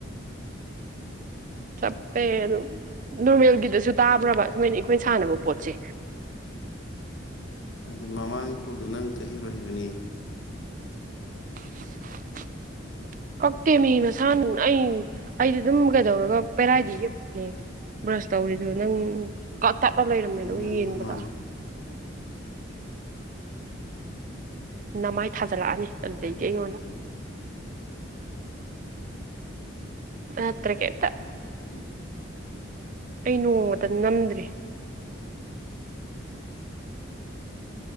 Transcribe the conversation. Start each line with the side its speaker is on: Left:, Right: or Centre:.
Right: ꯆꯞꯄꯦ ꯑꯗꯨꯝ ꯅꯣꯔꯃꯦꯜꯒꯤꯗꯁꯨ ꯇꯥꯕ꯭ꯔꯕ ꯁꯨꯃꯥꯏꯅ ꯏꯈꯣꯏꯅ ꯁꯥꯟꯅꯕ ꯄꯣꯠꯁꯦ
Left: ꯑꯗꯨ ꯃꯃꯥꯡꯒꯤ ꯀꯣꯜꯗꯨ ꯅꯪ ꯀꯛꯏꯕ꯭ꯔꯣ ꯍꯥꯏꯕꯅꯤ
Right: <unintelligible> ꯀꯛꯇꯦ ꯃꯤ ꯃꯁꯥꯟ ꯑꯩ ꯑꯩꯗꯤ ꯑꯗꯨꯝ ꯀꯩꯗꯧꯔꯒ ꯄꯦꯔꯥꯏꯗꯩ ꯌꯦꯞꯄꯅꯦ ꯕ꯭ꯔꯁ ꯇꯧꯔꯤꯗꯣ ꯅꯪ ꯀꯇꯠꯂ ꯂꯩꯔꯝꯃꯦ
Left: ꯎꯝ
Right: ꯅꯨꯌꯦꯡꯕꯗ
Left: ꯅꯪꯅ ꯃꯥꯜꯂꯦ
Right: ꯅꯃꯥꯏ ꯊꯥꯖꯜꯂꯛꯑꯅꯤ ꯑꯗꯨꯗꯩꯗꯤ
Left: ꯀꯅ
Right: ꯑꯩꯉꯣꯟꯗ
Left: ꯑꯣꯏꯈꯤꯗꯗꯤ
Right: ꯑꯇꯩ ꯀꯦꯇ
Left: ꯎꯝ
Right: ꯑꯩ ꯅꯣꯡꯃ ꯅꯝꯗ꯭ꯔꯔꯤ